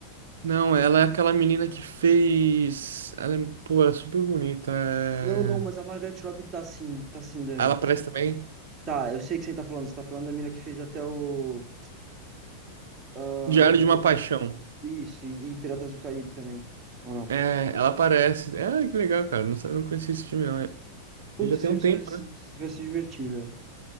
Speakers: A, on the right (about 60°); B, on the right (about 20°).
A: Não, ela é aquela menina que fez. Ela é, pô, ela é super bonita. é.
B: Não, não, mas a Margaret Robbie tá sim, tá sim, Dani.
A: Ela aparece também.
B: Tá, eu sei que você tá falando. Você tá falando da mina que fez até o. ah,
A: Diário de uma Paixão.
B: isso, e, e Piratas do Caribe também. Ou não?
A: É, ela aparece. Ah, que legal, cara. Não, sa- não conhecia esse filme, não. É,
B: Puta,
A: Já tem
B: você
A: um tempo,
B: vai se,
A: né?
B: você vai se divertir, velho.